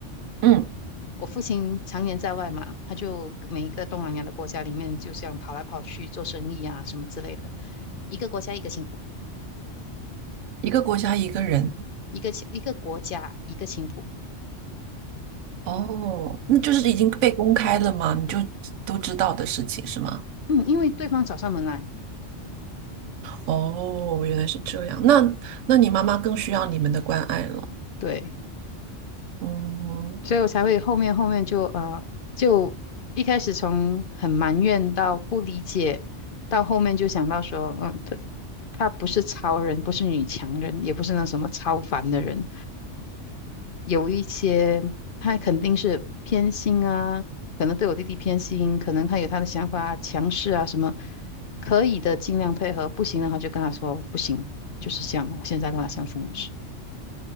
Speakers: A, on the right (about 80°); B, on the left (about 50°).
A: 嗯，
B: 我父亲常年在外嘛，他就每一个东南亚的国家里面，就像跑来跑去做生意啊什么之类的，一个国家一个幸福。
A: 一个国家一个人。
B: 一个一个国家一个情妇，
A: 哦，那就是已经被公开了吗？你就都知道的事情是吗？
B: 嗯，因为对方找上门来，
A: 哦，原来是这样。那那你妈妈更需要你们的关爱了。
B: 对。
A: 嗯，
B: 所以我才会后面后面就呃，就一开始从很埋怨到不理解，到后面就想到说，嗯，他他不是超人，不是女强人，也不是那什么超凡的人，有一些他肯定是偏心啊，可能对我弟弟偏心，可能他有他的想法、强势啊什么，可以的尽量配合，不行的话就跟他说不行，就是这样，我现在跟他相处模式。